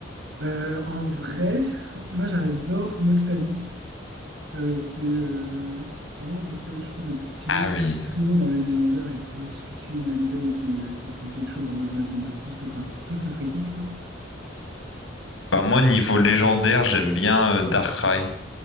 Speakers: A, on the right; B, on the left.
A: Euh, en vrai, moi j'adore Noctali. Euh, c'est euh, c'est vraiment un des Pokémon, je trouve, les plus stylés.
B: Ah oui.
A: Sinon, dans les légendaires, il y a toujours Suicune, Entei qui, euh, qui me font quelque chose en mode Madeleine de Proust, quoi. Toi, ce serait qui plutôt?
B: Bah moi niveau légendaire j'aime bien euh, Darkrai.